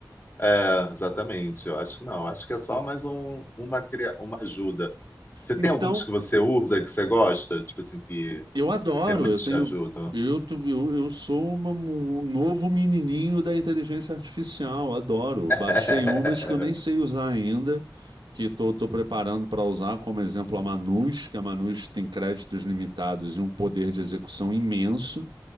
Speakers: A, on the left; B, on the right.
A: É, exatamente, eu acho que não. Acho que é só mais um, uma, cria- uma ajuda. Você
B: Então,
A: tem algumas que você usa, que você gosta? Tipo assim, que
B: Eu adoro,
A: realmente
B: eu tenho.
A: te ajudam?
B: Eu, tu- eu, eu sou uma- um novo menininho da inteligência artificial, adoro.
A: <laughs>
B: Baixei umas que eu nem sei usar ainda, que estou preparando para usar, como exemplo a Manus, que a Manus tem créditos limitados e um poder de execução imenso,